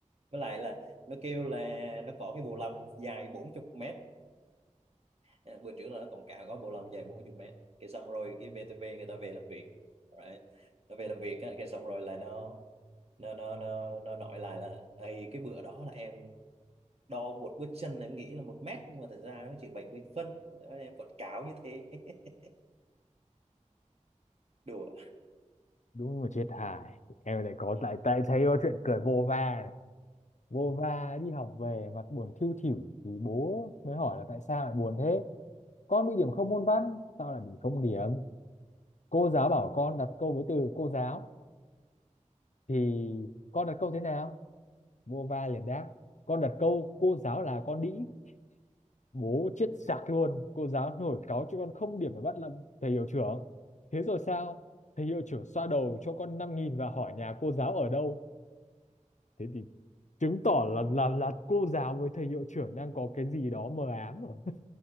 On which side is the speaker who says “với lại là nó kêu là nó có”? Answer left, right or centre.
Right